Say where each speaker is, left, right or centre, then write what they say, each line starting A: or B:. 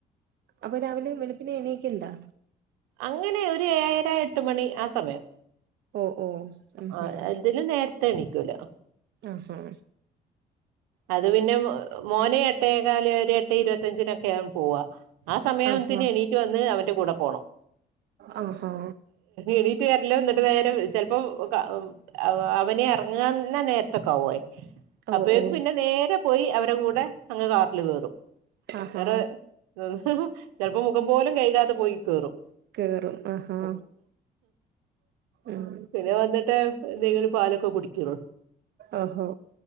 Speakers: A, on the right; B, on the right.
A: അപ്പൊ രാവിലെ വെളുപ്പിനെ എണൊക്കെ എണ്ടാ
B: അങ്ങനെ ഒരു ഏഴരാഎട്ട് മണി ആ സമയം
A: ഓ ഓ ഉം
B: ആ
A: ഉം
B: ഇതിന് നേരത്തെ എണിക്കൂ ലൊ
A: ആഹാ
B: അത് പിന്നെ മോനെ എട്ടേകാല് എട്ടേ ഇരുപത്തയഞ്ചിനൊക്കെൻ പോവാ ആ സമയാം
A: ആഹാ
B: മ്പത്തിന് എണീറ്റ് വന്ന് അവൻന്റെ കൂടെ പോണം
A: ആഹാ
B: എണീറ്റ് വരലും എന്നിട്ട് നേരം ചിലപ്പോം കാ അവനെ ഇറങ്ങാന്നാ നേരത്തെക്ക വായേ
A: ഓ
B: അപ്പോഴേക്കും
A: ഓ
B: പിന്നെ നേരെ പോയി അവരെ കൂടെ അങ്ങ് കാറില് കേയറും
A: ആഹാ
B: വേറെ ഉം ചെൽപ്പോ മുഖം പോലും കഴ്കാതെ പോയി കേറും
A: കേറും ആഹാ
B: <unintelligible>
A: ഉം
B: പിന്നെ വന്നിട്ട് എന്തെങ്കിലും പാലൊക്കെ കുടിക്കുള്ളൂ
A: ഓഹോ